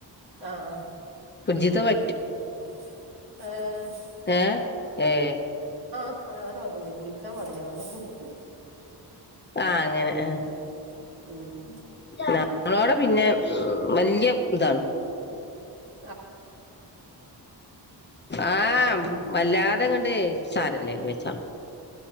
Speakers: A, on the right; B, on the left.
A: ആഹ ആഹ്
B: പുജിത വ
A: ആഏ
B: ഏ ഏ
A: ഓന് അങ്ങനത്തെ കുഴപ്പൊന്നുല്ല പുളിക്കാൻ പാടില്ലാന്നൊള്ളു
B: ആഹ
A: അല്ലാതെ
B: അങ്ങനെ
A: കുഴപ്പൊന്നുല്ല
B: ആ
A: ഉം ഉം
B: ഞങ്ങളോടെ പിന്നെ വല്ിയ ഇതാണ്
A: താണ്
B: ആഹ
A: ആഹ്
B: വല്ലാതെങ്ങണ്ട് സാരല്ലേ എ വെച്ച